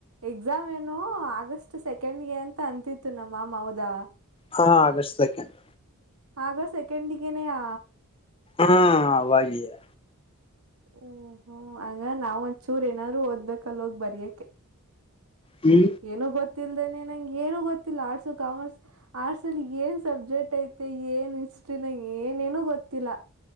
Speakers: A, on the right (about 70°); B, on the left (about 25°).
A: ಎಕ್ಸಾಮ್ ಏನೊ ಆಗಸ್ಟ್ ಸೆಕೆಂಡ್ ಗೆ ಅಂತ ಅಂತಿತ್ತು ನಮ್ಮ ಮಾಮ ಹೌದಾ.
B: ಹಾ ಆಗಸ್ಟ್ ಸೆಕೆಂಡ್
A: ಆಗಸ್ಟ್ ಸೆಕೆಂಡ್ ಗೆನೆಯಾ
B: ಹಾ ಅವಾಗೀಯಾ
A: ಓ ಹೋ ಹಂಗ ನಾವ್ ಒಂದಚೂರ್ ಏನಾದ್ರು ಓದ್ಬೇಕ ಬರೆಯೋಕ್ಕೆ
B: ಹುಂ
A: ಏನೂ ಗೊತ್ತಿಲ್ಲದನೆ ನಂಗೆ ಏನೂ ಗೊತ್ತಿಲ್ಲಾ ಆರ್ಟ್ಸ್, ಕಾಮರ್ಸ್, ಆರ್ಟ್ಸ್ ಅಲ್ಲಿ ಏನ್ ಸಬ್ಜೆಕ್ಟ್ ಐತೆ ಏನ ಹಿಷ್ಟ್ರಿನ ಏನೇನು ಗೊತ್ತಿಲ್ಲಾ